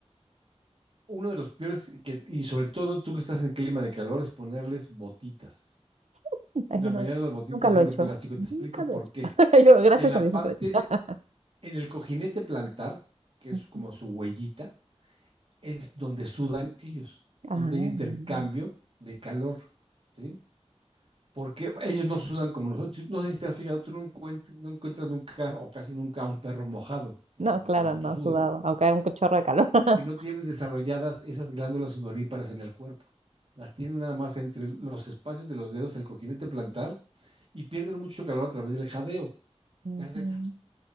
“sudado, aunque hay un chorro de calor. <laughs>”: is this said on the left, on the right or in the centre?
Right